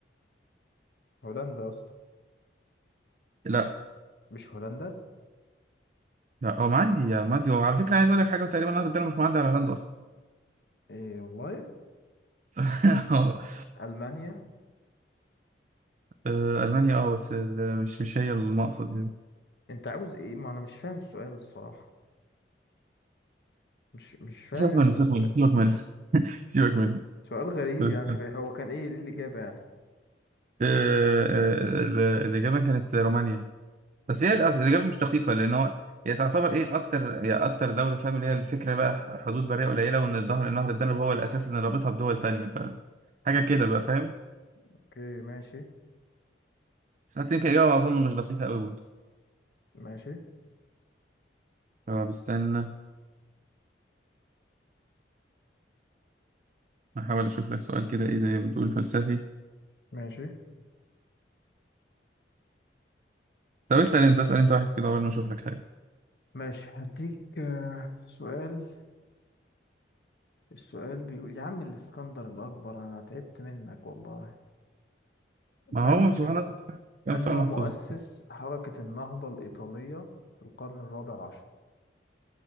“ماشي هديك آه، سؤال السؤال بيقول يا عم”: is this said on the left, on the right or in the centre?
Left